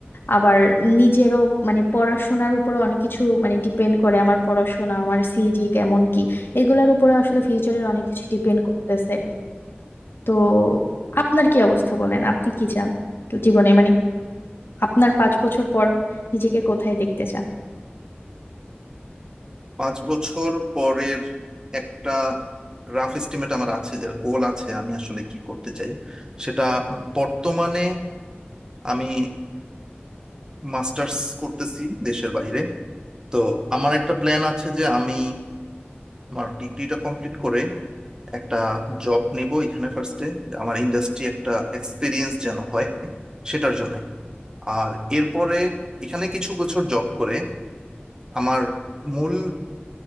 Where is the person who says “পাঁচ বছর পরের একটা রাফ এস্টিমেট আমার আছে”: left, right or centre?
Right